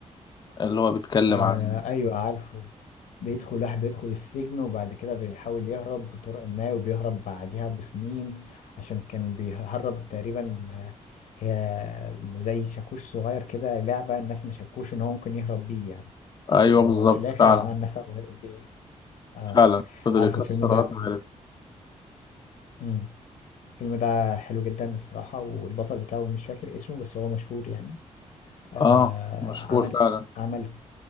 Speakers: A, on the left; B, on the left.
A: اللي هو بيتكلم
B: آه
A: عن
B: ايوه عارفه بيدخل واحد بيدخل السجن وبعد كده بيحاول يهرب بطرق ما وبيهرب بعدها بسنين عشان كان بيهرب تقريبا آه، هي زي شاكوش صغير كده لعبة الناس ما شكوش ان هو ممكن يهرب بيه يعني
A: ايوه
B: فهو
A: بالظبط
B: في الاخر
A: فعلا
B: عمل نفق وهرب بيه اه
A: فعلا فضل
B: عارفه
A: يكسر
B: الفيلم ده
A: لغايه ما عرف
B: امم الفيلم ده حلو جدا الصراحة والبطل بتاعه مش فاكر اسمه بس هو مشهور يعني آه
A: اه مشهور
B: عمل
A: فعلا
B: عمل